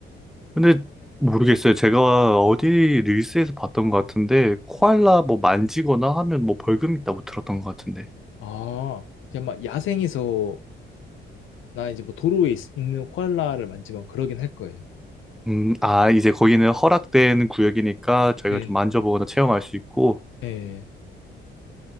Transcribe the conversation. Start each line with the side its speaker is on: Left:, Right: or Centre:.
Centre: 근데 모르겠어요. 제가 어디 릴스에서 봤던 것 같은데, 코알라 뭐 만지거나 하면 뭐 벌금 있다고 들었던 것 같은데.
Left: 아, 그냥 막 야생에서 나 이제 뭐 도로에 있, 는 코알라를 만지면 그러긴 할 거예요.
Centre: 음, 아, 이제 거기는 허락된 구역이니까 저희가
Left: 네.
Centre: 좀 만져보거나 체험할 수 있고,
Left: 예.